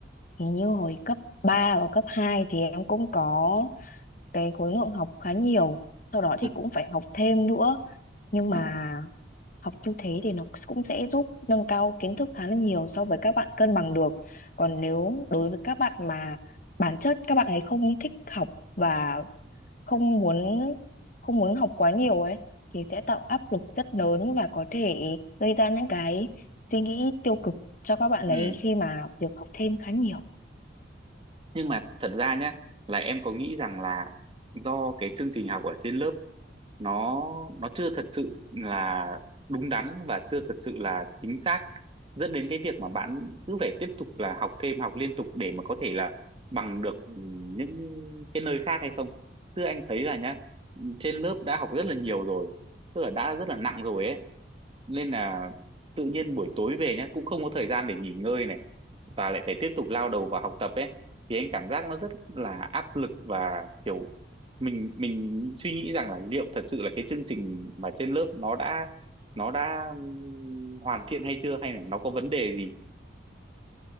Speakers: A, on the left (about 45°); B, on the right (about 30°).
A: thì như hồi cấp 3 và cấp 2 thì em cũng có cái khối lượng học khá nhiều sau đó thì
B: ừ
A: cũng phải học thêm nữa nhưng mà
B: ừ
A: học như thế thì nó cũng sẽ giúp nâng cao kiến thức khá là nhiều so với các bạn cân bằng được. Còn nếu đối với các bạn mà bản chất các bạn ấy không thích học và không muốn không muốn học quá nhiều ấy thì sẽ tạo áp lực rất lớn và có thể gây ra những cái suy nghĩ tiêu cực cho các bạn
B: ừ
A: ấy khi mà việc học thêm khá nhiều.
B: nhưng mà thật ra nhé là em có nghĩ rằng là do cái chương trình học ở trên lớp nó nó chưa thật sự là đúng đắn và chưa thật sự là chính xác dẫn đến cái việc mà bạn cứ phải tiếp tục là học thêm học liên tục để mà có thể là bằng được ừ, những cái nơi khác hay không chứ anh thấy là nhá trên lớp đã học rất là nhiều rồi tức là đã rất là nặng rồi ấy nên là tự nhiên buổi tối về nhá cũng không có thời gian để nghỉ ngơi này và lại phải tiếp tục lao đầu vào học tập ấy thì anh cảm giác nó rất là áp lực và kiểu mình mình suy nghĩ rằng là liệu thật sự là cái chương trình mà trên lớp nó đã nó đã ừm, hoàn thiện hay chưa hay là nó có vấn đề gì